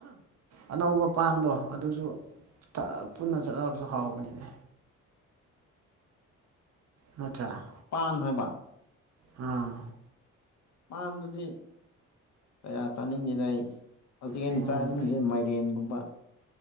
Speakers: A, on the right (about 40°); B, on the left (about 45°).
A: ꯑꯅꯧꯕ ꯄꯥꯟꯗꯣ ꯑꯗꯨꯁꯨ ꯄꯨꯟꯅ ꯆꯥꯛꯑꯕꯁꯨ ꯍꯥꯎꯕꯅꯤꯅꯦ ꯅꯠꯇ꯭ꯔꯥ
B: ꯄꯥꯟ ꯍꯥꯏꯕ
A: ꯑꯝ
B: ꯃꯥꯥꯟꯅꯗꯤ ꯀꯌꯥ ꯆꯥꯅꯤꯡꯉꯤꯗ ꯑꯩ ꯍꯧꯖꯤꯛ ꯑꯩꯅ
A: ꯎꯝ
B: ꯆꯥꯅꯤꯡꯉꯤꯁꯦ ꯃꯥꯏꯔꯦꯟꯒꯨꯝꯕ